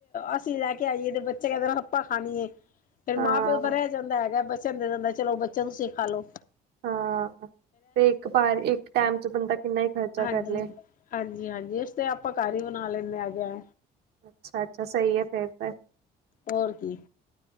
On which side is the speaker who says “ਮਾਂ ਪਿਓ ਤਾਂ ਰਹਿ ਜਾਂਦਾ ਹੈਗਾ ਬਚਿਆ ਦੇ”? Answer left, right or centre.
Left